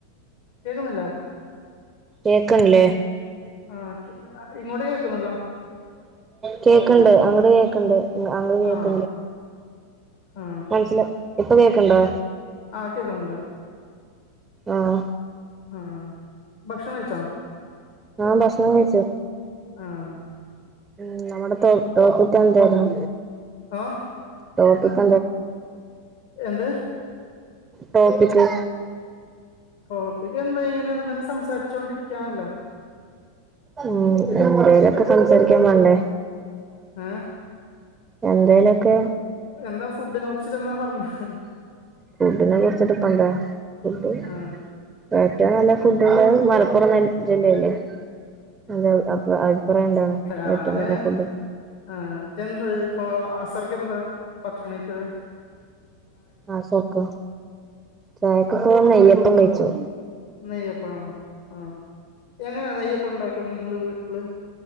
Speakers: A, on the left; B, on the right.
A: കേക്കുന്നില്ല
B: കേക്കണില്ലേ?
A: ആഹ് ഇങ്ങോട്ട് കേക്കുന്നല്ലോ
B: കേക്കണ്ട് അങ്ങട് കേക്കണ്ട് അങ്ങട് <unintelligible>
A: ആ ആ
B: <unintelligible> ഇപ്പം കേക്കണ്ടോ?
A: ആഹ് കേക്കുന്നുണ്ട്
B: ആഹ്
A: ആഹ് ഭക്ഷണം കഴിച്ചോ?
B: ആഹ് ഭക്ഷണം കഴിച്ചു?
A: ആഹ്
B: ഉം നമ്മുടെ ടോ ടോപ്പിക്ക് എന്തായിരുന്നു?
A: ആഹ്
B: ടോപ്പിക്ക്
A: എന്ത്?
B: ടോപ്പിക്
A: ടോപ്പിക്ക് എന്താ ഇങ്ങനെ എന്തെങ്കും സംസാരിച്ചോണ്ടിരിക്കാന്നല്ലേ?
B: ഉം എന്തേലൊക്കെ സംസാരിക്കാൻ വേണ്ടേ?
A: ഏ
B: എന്തേലൊക്കെ
A: എന്നാ ഫുഡ്ഡിനെ കുറിച്ചിട്ട് എന്നാ പറഞ്ഞോ
B: ഫുഡിനെ കുറിച്ചിട്ട് ഇപ്പോ എന്താ ഫുഡ്
A: ആ
B: ഏറ്റവും നല്ല ഫുഡ്ഡ് ഉള്ളത് മലപ്പുറം ന ജില്ലല്ലേ? അന്റെ അ അഭിപ്രായം എന്താണ്?
A: ഞാന്
B: ഏറ്റവും നല്ല ഫുഡ്
A: ആ എന്താ ഇപ്പൊ അസർക്ക എന്താ ഭക്ഷണം കയിച്ചത്?
B: അസർക്കോ? ചായക്കിപ്പോ നെയ്യപ്പം കഴിച്ചു.
A: നെയ്യപ്പാ ആഹ്. എങ്ങനാ നെയ്യപ്പണ്ടാക്ക്ന്ന് നിങ്ങള് വീട്ടില്?